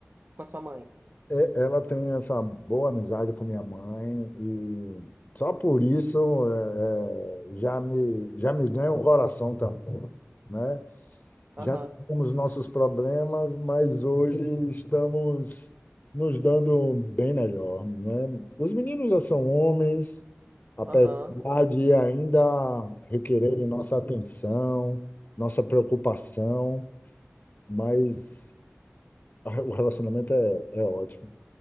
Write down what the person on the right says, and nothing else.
Com a sua mãe.
Aham,
aham.